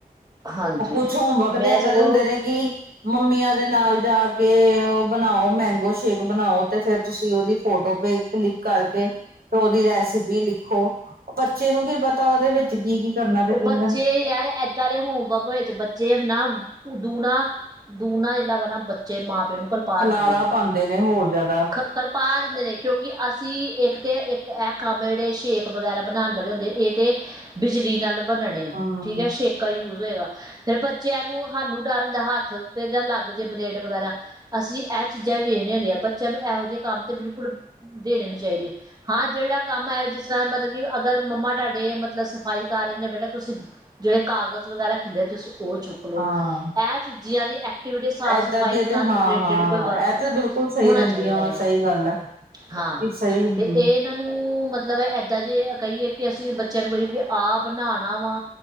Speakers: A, on the right; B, on the right.
A: ਹਾਂਜੀ
B: ਉਹ ਕੁਛ ਹੋਮਵਰਕ
A: ਮੈਂ
B: ਦੇ ਏਦਾਂ
A: ਸਗੋਂ
B: ਦੇ ਹੁੰਦੇ ਨੇ ਕਿ ਮੰਮੀਆਂ ਦੇ ਨਾਲ ਜਾ ਕੇ ਉਹ ਬਣਾਉ, ਮੈਂਗੋ ਸ਼ੇਕ ਬਣਾਉ ਤੇ ਫੇਰ ਤੁਸੀਂ ਉਹਦੀ ਫੋਟੋ ਪੇ ਕਲਿੱਕ ਕਰਕੇ ਤੇ ਉਹਦੀ ਰੈਸਿਪੀ ਲਿਖੋ। ਬੱਚੇ ਨੂੰ ਕੀ ਪਤਾ, ਉਹਦੇ ਵਿੱਚ ਕੀ ਕੀ ਕਰਨਾ ਤੇ
A: ਬੱਚੇ
B: ਕੀ
A: ਯਾਰ ਏਦਾਂ ਦੇ ਹੋਮਵਰਕ ਵਿੱਚ ਬੱਚੇ ਨਾ ਦੂਣਾ-ਦੂਣਾ ਜਿਹੜਾ ਵਾ ਨਾ ਬੱਚੇ ਮਾਂ ਪਿਓ ਨੂੰ ਕਲਪਾ
B: ਖਲਾਰਾ
A: ਦਿੰਦੇ ਨੇ
B: ਪਾਉਂਦੇ ਨੇ ਹੋਰ ਜ਼ਿਆਦਾ
A: ਕਲਪਾ ਦਿੰਦੇ ਨੇ ਕਿਉਂਕਿ ਅਸੀਂ ਇੱਕ ਤੇ ਇੱਕ ਇਹ ਕੰਮ ਜਿਹੜੇ ਸ਼ੇਕ ਵਗੈਰਾ ਬਣਾਉਣ ਵਾਲੇ ਹੁੰਦੇ, ਇਹ ਤੇ ਬਿਜਲੀ ਨਾਲ ਬਣਨਣੇ
B: ਹਮ
A: ਠੀਕ ਹੈ ਛੇਕ ਹੋਏਗਾ ਫੇਰ ਬੱਚਿਆਂ ਨੂੰ ਸਾਨੂੰ ਡਰ ਹੁੰਦਾ, ਹੱਥ ਤੇ ਨਾ ਲੱਗ ਜੇ ਬਲੇਡ ਵਗੈਰਾ, ਅਸੀਂ ਇਹ ਚੀਜ਼ਾਂ ਵੀ ਵੇਖਦੇ ਹੁਨਿਆ। ਬੱਚਿਆਂ ਨੂੰ ਇਹੋ ਜਿਹੇ ਕੰਮ ਤੇ ਬਿਲਕੁਲ ਦੇਣੇ ਨ ਹਾਂ ਜੇਹੜਾ ਕੰਮ ਹੈ ਜਿਸ ਤਰ੍ਹਾਂ ਮਤਲਬ ਕਿ ਅਗਰ ਮੰਮਾ ਤੁਹਾਡੇ ਮਤਲਬ ਸਫ਼ਾਈ ਕਰ ਰਹੇ ਨੇ ਬੇਟਾ ਤੁਸੀਂ ਜਿਹੜੇ ਕਾਗਜ਼ ਵਗੈਰਾ ਖਿਲਰੇ ਤੁਸੀਂ ਉਹ ਚੁੱਕ ਲਓ
B: ਹਾਂ
A: ਇਹ ਚੀਜ਼ਾਂ ਦੀ ਐਕਟੀਵਿਟੀ ਸਾਫ਼-ਸਫ਼ਾਈ
B: ਏਦਾਂ ਦੀ
A: ਦੇ
B: ਤੇ
A: ਨਾਲ
B: ਹਾਂ
A: ਰਿਲੇਟਿਡ
B: ਹਾਂ
A: ਕੋਈ ਵਰਕ
B: ਇਹ ਤੇ ਬਿਲਕੁਲ ਸਹੀ
A: ਹੋਣਾ
B: ਰਹਿੰਦੀਆਂ
A: ਚਾਹੀਦਾ
B: ਵਾ ਸਹੀ
A: ਆ
B: ਗੱਲ ਹੈ
A: ਹਾਂ
B: ਕਿ ਸਹੀ ਹੁੰਦੀ
A: ਤੇ ਇਹ
B: ਹੈ
A: ਇਹਨਾਂ ਨੂੰ ਮਤਲਬ ਇਏਦਾਂ ਜ ਇਹ ਕਹੀਏ ਕਿ ਅਸੀਂ ਬੱਚਿਆਂ ਨੂੰ ਕਹੀਏ ਕਿ ਆਪ ਨਣਾਣਾ ਵਾ